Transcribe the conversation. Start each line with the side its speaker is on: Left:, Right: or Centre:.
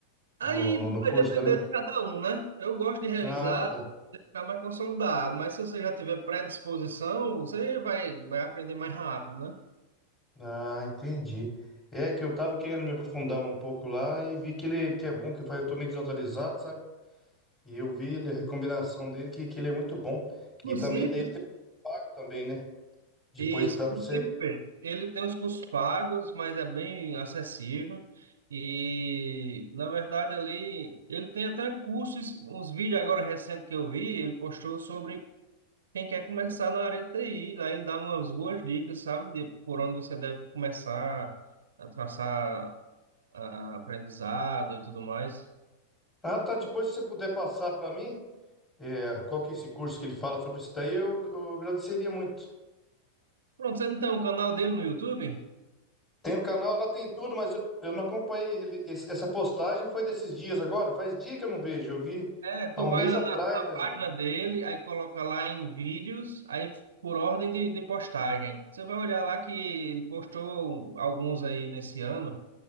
Right: Aí
Left: no, no, no
Right: vai
Left: curso
Right: depender
Left: também.
Right: de cada um, né? Eu gosto de revisar,
Left: Ah, tá.
Right: de ficar mais consolidado, mas se você já tiver predisposição, você vai, vai aprender mais rápido, né?
Left: Ah, entendi. É que eu tava querendo me aprofundar um pouco lá e vi que ele que é bom, que eu falei, eu tô meio desatualizado, sabe? E eu vi ele, a recomendação dele que, que ele é muito bom. E
Right: Inclusive,
Left: também daí ele tem pago também, né? Depois
Right: Isso,
Left: dá pra você.
Right: Inclusive, ele tem os cursos pagos, mas é bem acessível. E, na verdade, ali ele tem até cursos, uns vídeos agora recentes que eu vi, ele postou sobre quem quer começar na área de TI. Lá ele dá umas boas dicas, sabe, de por onde você deve começar a traçar ah, aprendizado e tudo mais.
Left: Ah, tá. Depois se você puder passar pra mim, é, qual que é esse curso que ele fala sobre isso daí, eu, eu agradeceria muito.
Right: Pronto, você não tem um canal dele no YouTube?
Left: Tem o canal, lá tem tudo, mas eu, eu não acompanhei. ele- esse- Essa postagem foi desses dias agora? Faz dia que eu não vejo. Eu vi
Right: É, tu
Left: há um
Right: vai
Left: mês
Right: lá
Left: atrás,
Right: na, na
Left: mais
Right: página
Left: ou menos.
Right: dele, aí coloca lá em vídeos, aí por ordem de, de postagem. Você vai olhar lá que ele postou alguns aí nesse ano,